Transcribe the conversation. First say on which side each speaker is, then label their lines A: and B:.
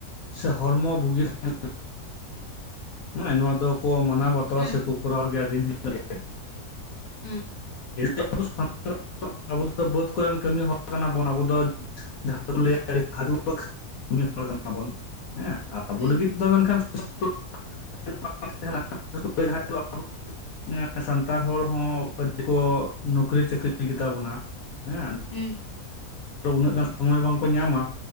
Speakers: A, on the left; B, on the left.
A: ᱥᱮ ᱦᱚᱲᱢᱚ ᱵᱩᱜᱤ <unintelligible> ᱦᱮᱸ ᱱᱚᱣᱟ ᱫᱚᱠᱚ ᱢᱟᱱᱟᱣ ᱵᱟᱛᱟᱣᱟ
B: ᱦᱮᱸ
A: ᱥᱮᱠᱚ ᱠᱚᱨᱟᱣ ᱜᱮᱭᱟ ᱫᱤᱱ ᱦᱤᱞᱳᱜ ᱜᱮ᱾
B: ᱦᱩᱸ᱾
A: <unintelligible> ᱟᱵᱚ ᱫᱚ ᱵᱟᱹᱫ ᱠᱚᱨᱮᱱ ᱠᱟᱹᱢᱤ ᱦᱚᱲ ᱠᱟᱱᱟ ᱵᱚᱱ ᱟᱵᱚ ᱫᱚ ᱡᱟᱦᱟᱸ ᱫᱚᱠᱚ ᱞᱟᱹᱭᱟ ᱟᱹᱰᱤ ᱦᱟᱰᱣᱟᱨᱠ ᱠᱟᱹᱢᱤ ᱦᱚᱲ ᱠᱟᱱᱟ ᱵᱚᱱ ᱦᱮᱸ᱾ ᱟᱵᱚ
B: ᱦᱩᱸ
A: ᱞᱟᱹᱜᱤᱫ ᱫᱚ ᱢᱮᱱᱠᱷᱟᱱ <unintelligible> <unintelligible> ᱮᱸ ᱥᱟᱱᱛᱟᱲ ᱦᱚᱲ ᱦᱚᱸ ᱟᱰ- ᱟᱰᱤ ᱠᱚ ᱱᱚᱩᱠᱨᱤ ᱪᱟᱹᱠᱨᱤᱭ ᱜᱮᱛᱟ ᱵᱚᱱᱟ ᱦᱮᱸ᱾
B: ᱦᱩᱸ
A: ᱛᱚ ᱩᱱᱟᱹᱜ ᱜᱟᱱ ᱥᱚᱢᱚᱭ ᱵᱟᱝᱠᱚ ᱧᱟᱢᱟ